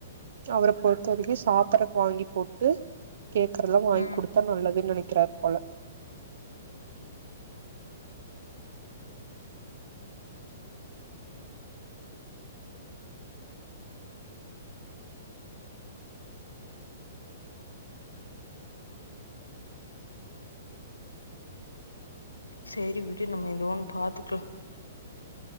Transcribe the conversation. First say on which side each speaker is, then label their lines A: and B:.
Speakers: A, on the right; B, on the left.
A: அவர பொறுத்த வரைக்கு சாப்பறதுக் வாங்கி போட்டு கேக்கறத எல்லா வாங்கி
B: ம்
A: கொடுத் தா நல்லதுனு நெனக்கிறாரு போல
B: செரி விடு நம்ம ஏதோ ஒன்னு பாத்துக்கலா